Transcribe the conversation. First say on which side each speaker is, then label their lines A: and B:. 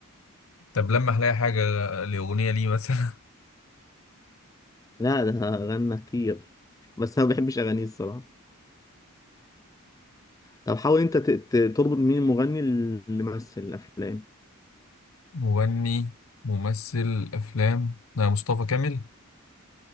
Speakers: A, on the left; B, on the left.
A: طب لمح لي أي حاجة لأغنية ليه مثلا
B: لا ده غنى كتير بس انا ما بحبش اغانيه الصراحه طب حاول انت ت- ت- تربط مين المغني اللي مثل الافلام
A: <laughs> مغني ممثل أفلام لا مصطفى كامل